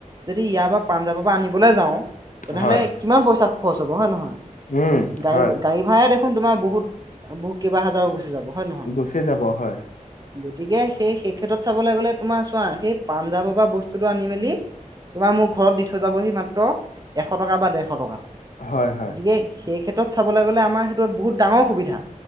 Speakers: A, on the right (about 30°); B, on the left (about 70°).
A: যদি ইয়াৰ পৰা পাঞ্জাৱৰ পৰা আনিবলৈ যাও তেনেহলে
B: হয়
A: কিমান পইচা খৰচ হব হয় নহয়।
B: উম
A: গাড়ী
B: হয়
A: গাড়ী ভাড়াই দেখোন তোমাৰ বহুত বহুত কেইবা হাজাৰো গুচি যাব। হয় নহয়
B: গুচিয় যাব হয়।
A: গতিকে সেই সেই ক্ষেত্ৰত চাবলৈ গ'লে তোমাৰ চোৱা সেই পাঞজাৱৰ পৰা বস্তুটো আনি মেলি তোমাৰ মোৰ ঘৰত দি থৈ যাবহি মাত্ৰ এশ টকা বা ডেৰশ টকাত
B: হয়, হয়,
A: গতিকে সেই ক্ষেত্ৰত চাবলৈ গ'লে আমাৰ সেইটো বহুত ডাঙৰ সুবিধা